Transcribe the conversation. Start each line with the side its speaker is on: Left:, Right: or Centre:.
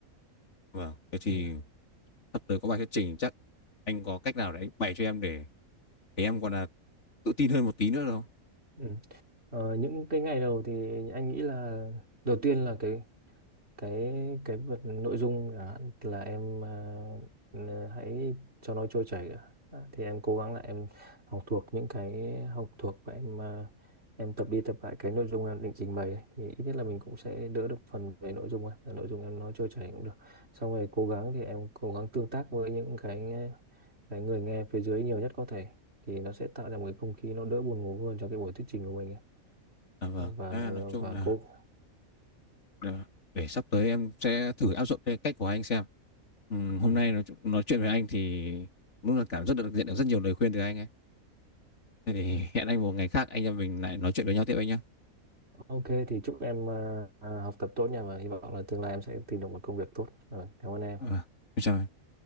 Left: vâng thế thì
Right: ừ.
Left: sắp tới có bài thuyết trình chắc anh có cách nào để anh bày cho em để để em còn là tự tin hơn một tí nữa đâu
Right: Ừ. Ờ, những cái ngày đầu thì anh nghĩ là đầu tiên là cái cái cái vật nội dung chẳng hạn là em ờ, hãy cho nó trôi chảy đã. Đã, thì em cố gắng là em học thuộc những cái học thuộc và em ờ, em tập đi tập lại cái nội dung em định trình bày ấy. thì ít nhất là mình cũng sẽ đỡ được phần về nội dung ấy. Là nội dung em nói trôi chảy cũng được xong rồi cố gắng thì em cố gắng tương tác với những cái cái người nghe phía dưới nhiều nhất có thể thì nó sẽ tạo ra một cái không khí nó đỡ buồn ngủ hơn cho cái buổi thuyết trình của mình ấy
Left: à, vâng
Right: và
Left: à, nói chung
Right: và
Left: là
Right: cô
Left: là để sắp tới em sẽ thử áp dụng cái cách của anh xem Ừm,
Right: ừ.
Left: hôm nay nói, chu- nói chuyện với anh thì đúng là cảm rất được nhận được rất nhiều lời khuyên từ anh ấy. Thế thì
Right: Ừ.
Left: hẹn anh một ngày khác anh em mình lại nói chuyện với nhau tiếp anh nhé.
Right: Ok thì chúc em à, à, học tập tốt nha và hy vọng là tương lai em sẽ tìm được một công việc tốt rồi cảm ơn em
Left: Ờ, em chào anh.